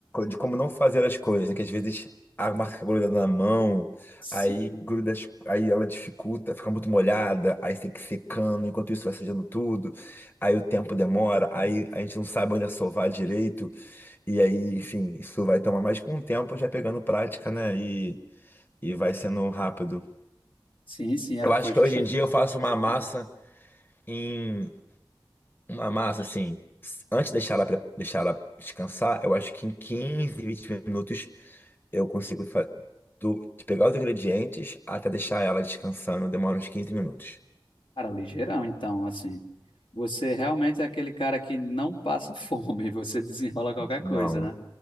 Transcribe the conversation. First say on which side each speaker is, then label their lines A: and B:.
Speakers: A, on the left (about 25°); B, on the left (about 80°).
A: de como não fazer as coisas, né? Que às vezes a marca gruda na mão,
B: Sim,
A: aí gruda, as- aí ela dificulta, fica muito molhada, aí tem que ir secando, enquanto isso vai sujando tudo, aí o tempo demora, aí a gente não sabe onde sovar direito, e aí, enfim, isso vai tomar mais com o tempo já pegando prática, né? E, e vai sendo rápido.
B: sim, sim, era,
A: Eu acho
B: foi
A: que
B: justamente.
A: hoje em dia eu faço uma massa
B: <laughs>
A: em uma massa, assim, antes de deixar ela, pre- deixar ela descansar, eu acho que em 15, 20 minutos eu consigo fa- do- de pegar os ingredientes até deixar ela descansando, demora uns 15 minutos.
B: Cara, ligeirão, então, assim. Você realmente é aquele cara que não passa fome, <laughs> você desenrola qualquer
A: Não,
B: coisa, né?